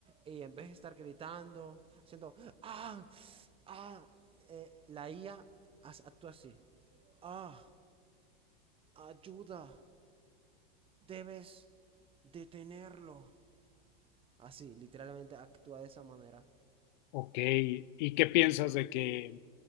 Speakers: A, on the right; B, on the left.
A: y en vez de estar gritando, haciendo, ah, ah, eh, la IA as- actúa así. Ah, ayuda, debes detenerlo. Así, literalmente actúa de esa manera.
B: Ok. ¿Y qué piensas de que,